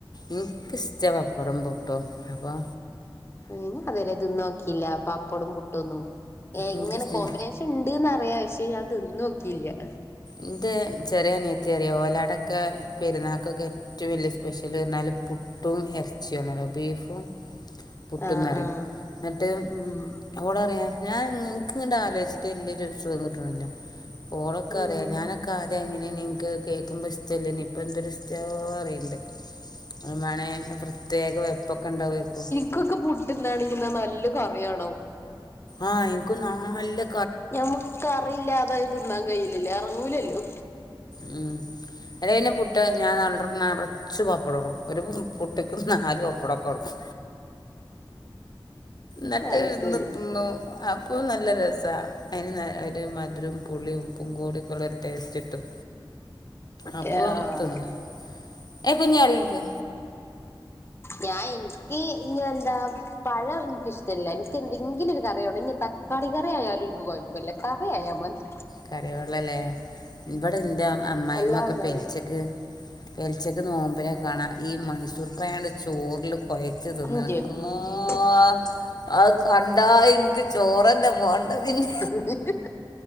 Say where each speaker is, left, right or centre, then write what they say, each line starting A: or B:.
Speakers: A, on the left; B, on the left.
A: ഇൻക്ക് ഷ്ട്ടാ പപ്പടം പുട്ടും അപ്പൊ
B: ഞാന് പത് വരെ ത്ന്ന് നോക്കീല്ല പപ്പടോം പുട്ടൊന്നും ഏങ്ങനെ
A: എനിക്കിഷ്ട
B: കോമ്പിനേഷണ്ട് ന്നറിയാ പക്ഷെ ഞാ ത്‌ന്നോക്കില്ലാ
A: ഇൻ്റെ ചെറിയ അനിയത്തിറിയ ഓലോടൊക്കെ പെര്ന്നാക്കൊക്കെ റ്റവും വെല്ല്യ സ്പെഷ്യല് അർഞ്ഞാല് പുട്ടും എർച്യാണോല്ലോ ബീഫും പുട്ട്ന്നറിം
B: ആഹ് ആഹ്
A: ന്ന്ട്ട്?
B: ഉം
A: ഓള് പറയാ ഞാ ഇൻങ്ങനെ ആലോയ്ച്ച്ട്ട് വല്ല്യേ രസൊന്നും ക്ട്ട്ണില്ല ഓളൊക്കെറിയാം
B: ഉം
A: ഞാനൊക്കെ ആദ്യ അങ്ങനേന്ന് ഇൻക്ക് കേൾക്കുമ്പോ ഇഷ്ടല്ല്യേനി ഇപ്പന്തൊരിഷ്ട്ടാ പറീണ്ട് അങ്ങനെ പ്രത്യേക വെപ്പൊക്കെ ണ്ടാകേര്ക്കും
B: ഇൻക്കൊക്കെ പുട്ട്ന്നാണങ്കി നല്ല കറ്യാണം.
A: ആഹ് ഇൻക്കും നാല്ലെ
B: ഞമ്മക്ക് കറില്ലാതെ അത് തിന്നാൻ കയില്ലല്ലേ എർങ്ങൂലല്ലോ
A: ഉം <unintelligible> ഞാം പുട്ട് നെറച്ച് വപ്പടഠ എടുകും ഒര് പുട്ട് ക് നല്ല് വപടഠ എടുകും. ന്നട്ട്
B: അതൊക്കെയാണ്
A: ന്നും അപ്പോ നല്ല രസാ അതിന് ഒര് മദുരം പുളിയും ഉപ്പുങ്കൂട്യോക്കൊള്ളൊര് ടേസ്റ്റ് കിട്ടും അപ്പൊ
B: ആഹ്
A: ത്ന്ന് ഏഹ് കുഞ്ഞ് എറങ്ങിക്ക്
B: ഞാ ഇൻക്കീ ന്എന്താ പഴം ഇൻക്കിഷ്ടല്ല ഇൻക്കെന്തെങ്കിലും ഒര് കറിയാണം ഇനി തക്കാളി കറിയായാലും ഇൻക്ക് കൊയ വല്ല കറിയായാമതി
A: കറിവള്ളല്ലേ ഇവടെന്റെ അമ്മായിമൊക്കെ
B: അല്ലാന്നായില്ല
A: പെൽച്ചക്ക് പെലച്ചക്ക് നോമ്പിനൊക്കെ കാണാ ഈ മൈസൂർ പയണ്ട് ചോറില് കൊ ച്ച് ത്
B: അന്റെമ്മേ
A: ന്ന്ണ് അല്ലാഹ് അത് കണ്ടാ ഇൻക്ക് ചോറെന്നെ വാണ്ട പിന്നെ
B: <inaudible>